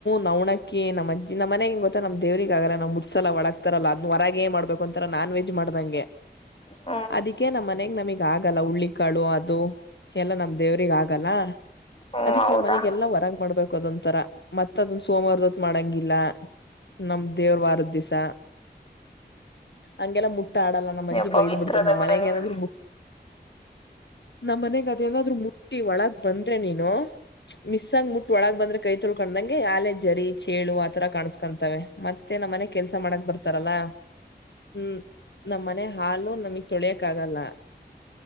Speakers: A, on the left (about 85°); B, on the left (about 30°).
A: ನಣ ನಮ್ಮಜ್ಜ ನ ಮನೆಗಿ ಗೊತ್ತ ನ ದೇವ್ರಗಲ್ಲ ನಾ ಮುಸಲ್ಲ ಒಳಗ್ತರಲ್ಲ ಅದ್ ಹೊರಗೆೇ ಮಾಡಬೇಕ ಒಂತರ ನಾನ್ ವೆಜ್ ಮಾಡ್ ದಂಗೆ
B: ಹ
A: ಅದಕ್ಕೆ ನಮ್ಮ ಮನೆಗ್ ನಮಗ್ ಆಗಲ್ಲ ಹುಳ್ಳಿಿಕಾಳು ಅದು ಎಲ್ಲ ನಮ್ ದೇವ್ರಗ್ ಆಗಲ್ಲ
B: ಹ್ಮ್
A: ಅದಿಕ್
B: ಹೌದಾ
A: ನಾ್ ಮನೆಗೆಲ್ಲಾ ಹೊರಗ್ ಮಾಡ್ಬೇಕು ಅದೊಂಂತರ ಮತ್ ಅದನ್ ಸೋಮವಾರದೊತ್ ಮಾಡಂಗಿಲ್ಲ ನಮ್ ದೇವ್ರ ವಾರದ್ ದಿವ್ಸ ಹಂಗೆಲ್ಲ ಮುಟ್ಟ ಆಡಲ್ಲ ನಮ್ ಅಜ್ಜಿ
B: ಹ್ಮ
A: ಬೈದ್ ಬಿಡ್ತದ್
B: ತ್ರದ
A: ನಮ್
B: ಬಿಡ
A: ಮನೆಗ್
B: ನಿ
A: ಏನಾದ್ರು ನಮ್ ಮನೆಗ್ ಅದೇನಾದ್ರು ಮುಟ್ಟಿ ಒಳಗ್ ಬಂದ್ರೆ ನೀನು ಮಿಸ್ ಆಗ ಮುಟ್ಟ ಒಳಗ ಬಂದ್ರೆ ಕೈ ತೊಳ್ಕೊಂಡಂಗೆ ಆಾಲೆ ಜರಿ ಚೇಳು ಆತರ ಕ ಕಕಂತವೆ ಮತ್ತೆ ನಮ್ಮ ಮನೆ ಕೆಲ್ಸ ಮಾಡಕ್ ಬರ್ತಾರಲ್ಲ ಹ್ಮ್ ನಮ ಮನೆ ಹಾಲು ನಮಗ್ ತೊಳಿಯಕ್ ಆಗಲ್ಲ